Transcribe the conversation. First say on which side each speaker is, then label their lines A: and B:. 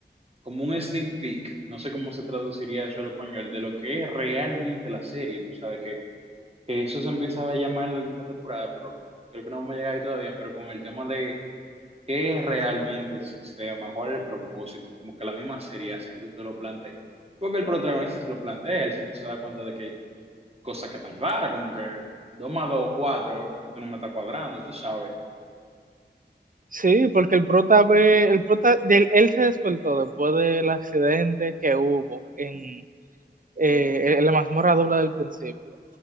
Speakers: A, on the right; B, on the right.
A: como un sneak peek, no sé cómo se traduciría eso al español, de lo que es realmente la serie. Tú sabes que, que eso se empieza a llamar en la última temporada, pero creo que no vamos a llegar ahí todavía, pero con el tema de ¿Qué es realmente el sistema? ¿Cuál es el propósito? Como que la misma serie hace que tú te lo plantees. Porque el protagonista se lo plantea, él siempre se da cuenta de que hay cosas que están raras, como que 2 más 2 4. esto no me está cuadrando, tú sabes.
B: Sí, porque el prota ve, el prota, él, él se despertó después del accidente que hubo en, eh, en la mazmorra doble del principio.